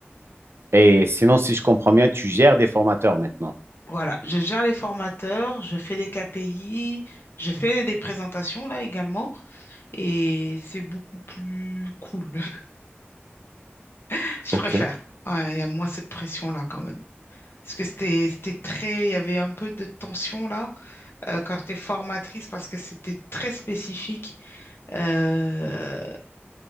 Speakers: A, on the right; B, on the left.
A: Et sinon, si je comprends bien, tu gères des formateurs maintenant.
B: Voilà, je gère les formateurs, je fais des KPI, je fais des présentations là également, et c'est beaucoup plus cool. <laughs> Je
A: OK.
B: préfère. Ouais, il y a moins cette pression-là quand même. Parce que c'était, c'était très, il y avait un peu de tension là euh, quand j'étais formatrice parce que c'était très spécifique euh,